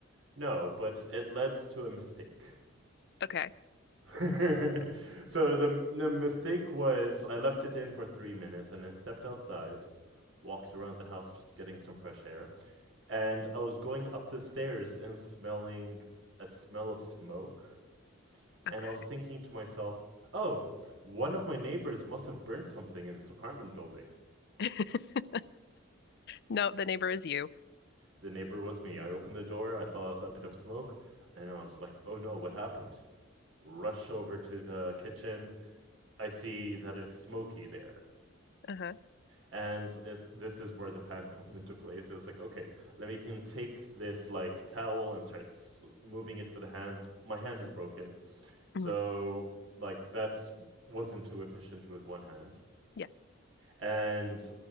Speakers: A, on the right; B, on the left.
A: no, but it led to a mistake.
B: Okay,
A: <laughs> so the the mistake was I left it in for three minutes and I stepped outside, walked around the house just getting some fresh air, and I was going up the stairs and smelling a smell of smoke,
B: okay.
A: and I was thinking to myself, "Oh, one of my neighbors must have burnt something in this apartment building."
B: <laughs> No, the neighbor is you.
A: The neighbor was me. I opened the door, I saw a bit of smoke, and I was like, oh no, what happened? Rush over to the kitchen. I see that it's smoky there.
B: Uh-huh.
A: And it's, this is where the fan <laughs> comes into play. So it's like, okay, let me can take this like towel and start moving it with the hands. My hand is broken.
B: Mhm.
A: So, like, that wasn't too efficient with one hand.
B: Yeah.
A: and